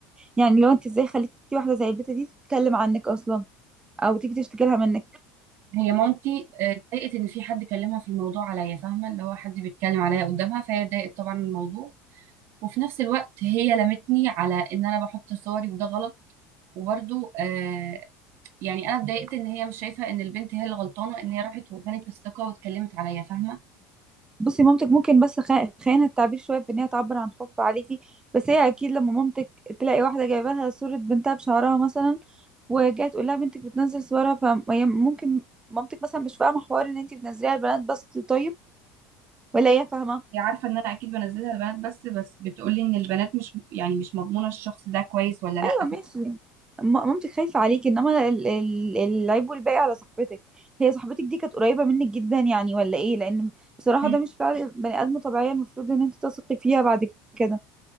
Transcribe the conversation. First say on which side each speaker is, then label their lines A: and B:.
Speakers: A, on the right; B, on the right.
A: يعني لو انت ازاي خليتي واحدة زي البت دي تتكلم عنك اصلا او تيجي تشتكي لها منك
B: هي مامتي آه، اتضايقت ان في حد كلمها في الموضوع عليا فاهمه اللي هو حد بيتكلم عليا قدامها فهي اتضايقت طبعا من الموضوع وفي نفس الوقت هي لمتني على ان انا بحط صوري وده غلط وبرده آه يعني انا اتضايقت ان هي مش شايفه ان البنت هي اللي غلطانه ان هي راحت واداني الثقه واتكلمت عليا فاهمه
A: بصي مامتك ممكن بس خ- خيانة التعبير شوية في ان هي تعبر عن خوفها عليكي بس هي اكيد لما مامتك تلاقي واحدة جايبه لها صورة بنتها بشعرها مثلا وجايه تقول لها بنتك بتنزل صورها فممكن مامتك مثلا مش فاهمة حوار ان انت بتنزليها البنات بس طيب ولا هي فاهمة
B: هي عارفه ان انا اكيد بنزلها البنات بس بس بتقول لي ان البنات مش يعني مش مضمونه الشخص ده كويس ولا لا
A: أيوة ماشي م- مامتك خايفة عليك إنما ال- ال- العيب والباقي على صاحبتك هي صاحبتك دي كانت قريبة منك جدا يعني ولا إيه لأن بصراحة
B: هي
A: ده مش فعل بني آدم طبيعية المفروض إن أنت تثقي فيها بعد كده